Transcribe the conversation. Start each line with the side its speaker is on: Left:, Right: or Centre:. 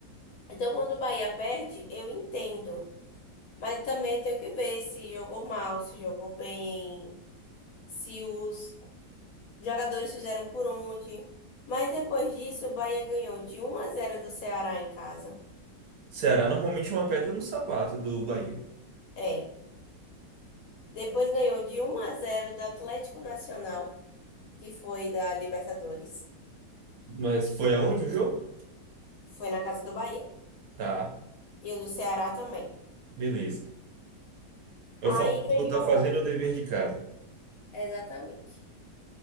Left: Então, quando o Bahia perde, eu entendo. Mas também tenho que ver se jogou mal, se jogou bem, se os jogadores fizeram por onde. Mas depois disso, o Bahia ganhou de um a zero do Ceará em casa.
Right: Ceará normalmente é uma pedra no sapato do Bahia.
Left: É. Depois ganhou de um a zero do Atlético Nacional, que foi da Libertadores.
Right: Mas foi aonde o jogo?
Left: Foi na casa do Bahia.
Right: Tá,
Left: E o do Ceará também.
Right: beleza. Eu
Left: Aí
Right: falo,
Left: ganhou.
Right: tá fazendo o dever de casa.
Left: Exatamente.